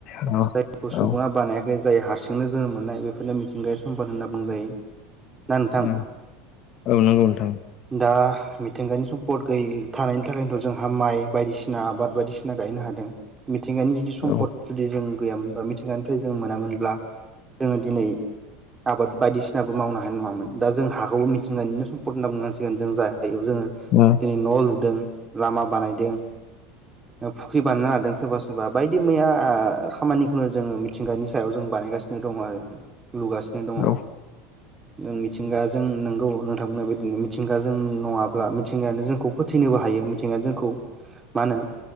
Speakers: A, on the left; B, on the right.
A: औ
B: जायखौ सुबुङा
A: औ
B: बानायाखै जाय हारसिंनो जोनोम मोननाय बेफोरनो मिथिंगायारि सम्पद होनना बुंजायो। ना नोंथां
A: ओं औ नंगौ नोंथां।
B: दा मिथिंगानि सम्पद गै थानायनि थाखायनोथ' जोंहा माइ बायदिसिना आबाद बायदिसिना गायनो हादों। मिथिंगानि जुदि सम्पद
A: औ
B: जुदि जों गैयामोन बा मिथिंगानिफ्राय जों मोनामोनब्ला जोङो दिनै आबाद बायदिसिनाबो मावनो हानाय नङामोन दा जों हा खौ मिथिंगानिनो सम्पत होनना बुंनांसिगोन जों जाय हायाव जोङो
A: औ
B: दिनै न' लुदों। लामा बानायदों, ओ फुख्रि बानायनो लादों सोरबा सोरबा बायदि मैया खामानिखौनो जोङो मिथिंगानि सायाव जों बानायगासिनो दङ आरो। लुगासिनो दङ।
A: औ
B: नों मिथिंगाजों नोंगौ नोंथां बुंनाय बिदिनो मिथिंगाजों नङाब्ला मिथिंगायानो जोंखौ फोथैनोबो हायो मिथिंगाया जोंखौ मा होनो